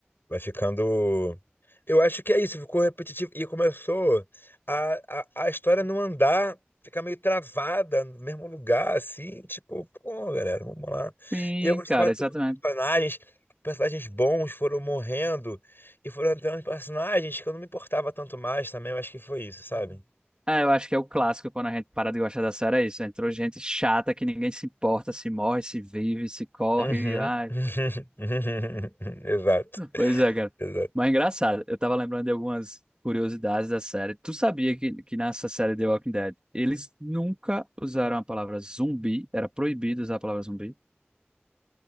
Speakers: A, on the left; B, on the right.
A: Vai ficando. Eu acho que é isso, ficou repetitivo e começou a, a, a história não andar, ficar meio travada no mesmo lugar, assim, tipo, pô, galera, vamos lá.
B: Sim,
A: E eu gostava
B: cara,
A: tanto
B: exatamente.
A: dos personagens, personagens bons foram morrendo e foram entrando personagens que eu não me importava tanto mais também, eu acho que foi isso, sabe?
B: Ah, eu acho que é o clássico quando a gente para de gostar da série, é isso. Entrou gente chata que ninguém se importa, se morre, se vive, se corre.
A: Uhum.
B: Ai,
A: <laughs> Exato,
B: pois é, cara.
A: exato.
B: Mas é engraçado, eu tava lembrando de algumas curiosidades da série. Tu sabia que, que nessa série The Walking Dead, eles nunca usaram a palavra zumbi, era proibido usar a palavra zumbi.